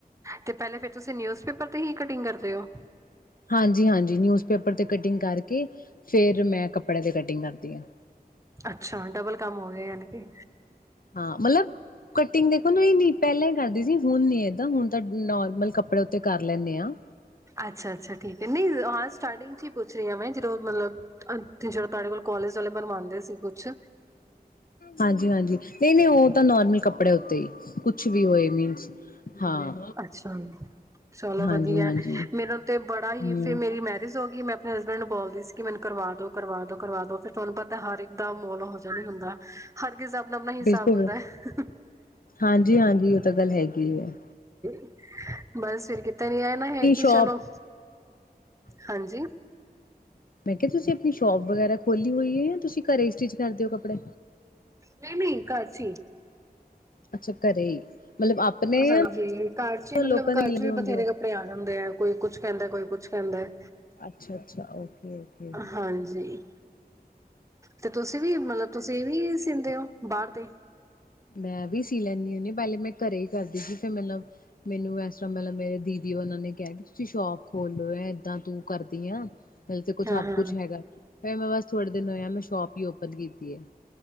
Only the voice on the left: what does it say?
ਹਾਂਜੀ ਹਾਂਜੀ ਨਿਊਜ਼ ਪੇਪਰ ਤੇ ਕਟਿੰਗ ਕਰਕੇ ਫੇਰ ਮੈਂ ਕੱਪੜਿਆਂ ਤੇ ਕਟਿੰਗ ਕਰਦੀ ਹਾਂ
ਹਾਂ ਮਤਲਬ ਕਟਿੰਗ ਦੇਖੋ ਨਾ ਨਹੀਂ ਪਹਿਲਾਂ ਕਰਦੀ ਸੀ ਹੁਣ ਨੀ ਏਦਾਂ ਹੁਣ ਤਾਂ ਨੋਰਮਲ ਕੱਪੜੇ ਉੱਤੇ ਕਰ ਲੈਂਦੇ ਹਾਂ
ਹਾਂਜੀ ਹਾਂਜੀ ਨਹੀਂ ਨਹੀਂ ਉਹ ਤਾਂ ਨੋਰਮਲ ਕੱਪੜੇ ਉੱਤੇ ਹੀ ਕੁਛ ਵੀ ਹੋਏ ਮੀਨਸ ਹਾਂ
ਹਾਂਜੀ-ਹਾਂਜੀ
ਹੂੰ
ਬਿਲਕੁਲੁ
ਹਾਂਜੀ ਹਾਂਜੀ ਉਹ ਤਾਂ ਗੱਲ ਹੈਗੀ ਹੈ
ਸ਼ੋਪ
ਕਿ ਤੁਸੀਂ ਆਪਣੀ ਸ਼ੋਪ ਵਗੈਰਾ ਖੋਲੀ ਹੋਈ ਹੈ ਜਾਂ ਤੁਸੀਂ ਘਰੇ ਸਟਿਚ ਕਰਦੇ ਹੋ ਕੱਪੜੇ
ਅੱਛਾ ਘਰੇ ਮਤਲਬ ਆਪਣੇ
ਜਾਂ
ਲੋਕਾਂ ਦੇ
ਲੈਂਦੇ
ਹੁੰਦੇ
ਓ
ਅੱਛਾ ਅੱਛਾ ਓਕੇ ਓਕੇ
ਮੈਂ ਵੀ ਸੀ ਲੈਂਦੀ ਹੁੰਦੀ ਹ ਪਹਿਲੇ ਮੈਂ ਘਰੇ ਹੀ ਕਰਦੀ ਸੀ ਫਿਰ ਮਤਲਬ ਮੈਨੂੰ ਇਸ ਤਰ੍ਹਾਂ ਮਤਲਬ ਮੇਰੇ ਦੀਦੀ ਉਹਨਾਂ ਨੇ ਕਿਹਾ ਕਿ ਤੁਸੀਂ ਸ਼ੋਪ ਖੋਲੋ ਹੈ ਏਦਾਂ ਤੂੰ ਕਰਦੀ ਆ ਦਿਲ ਤੇ ਕੁਛ
ਸਭ
ਕੁਛ ਹੈਗਾ ਫਿਰ ਮੈਂ ਬਸ ਥੋੜੇ ਦਿਨ ਹੋਆ ਮੈਂ ਸ਼ੋਪ ਹੀ ਖਪਤ ਕੀਤੀ ਹੈ